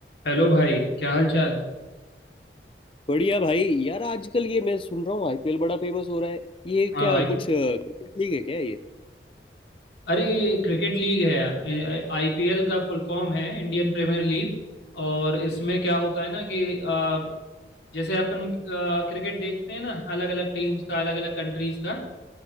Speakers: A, on the left; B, on the left.
A: Hello भाई क्या हाल चाल
B: बढ़िया भाई यार आजकल ये मैं सुन रहा हूँ आईपीएल बड़ा फेमस हो रहा है ये
A: हाँ
B: क्या
A: भाई
B: कुछ क्रिकेट लीग है क्या ये
A: अरे ये क्रिकेट लीग है यार आईपीएल का फुल फॉर्म है इंडियन प्रीमियर लीग और इसमें क्या होता है ना कि अ, जैसे अपन अ, क्रिकेट देखते हैं ना अलग अलग टीम्स का अलग अलग कंट्रीज का